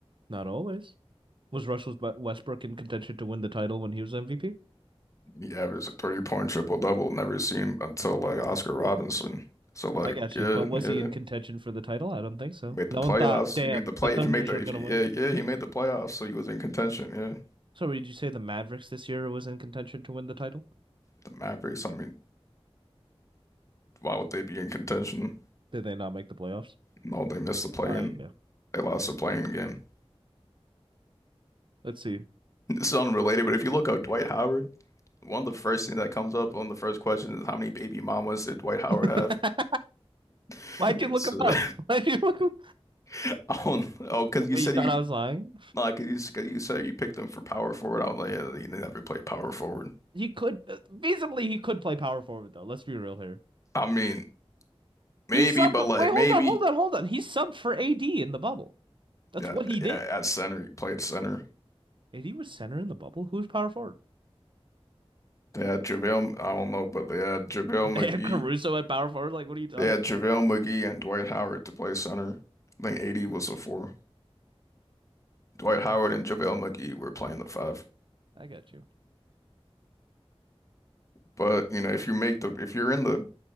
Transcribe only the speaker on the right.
Not always. Was Russell Westbrook in contention to win the title when he was MVP?
I got
you. But was
he in contention for the title? I don't think so.
No
one thought, damn,
the Thunders
are
gonna
win.
So did you say the Mavericks this year was in contention to win the title?
Did they not make the playoffs?
Oh yeah.
Let's see.
<laughs>
Why'd
you look him
up? <laughs> Why'd you look him? up?
Wait,
you thought
I was lying?
He could uh, feasibly he could play power forward though. Let's be real here.
He subbed.
Wait, hold
on, hold on, hold on. He subbed for AD in the bubble. That's
what he did.
AD was center in the bubble. Who's power forward?
They have
Caruso at power forward. Like, what are you talking
about?
I got you.